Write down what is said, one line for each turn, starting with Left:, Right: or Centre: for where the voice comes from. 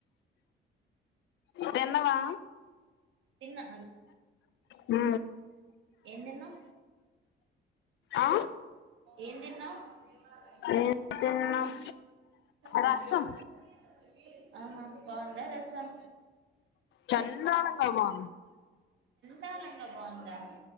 Left: తెన్నవా
Right: తిన్నా
Left: హ
Right: ఏ తన్నా
Left: ఆ
Right: ఏ తన్నా అ
Left: ఏం తిన్నావ్
Right: ఆ
Left: రసం
Right: ఆహా బాగుందా రసం
Left: చెన్న అంగామా
Right: ధాలంగా బాగుందా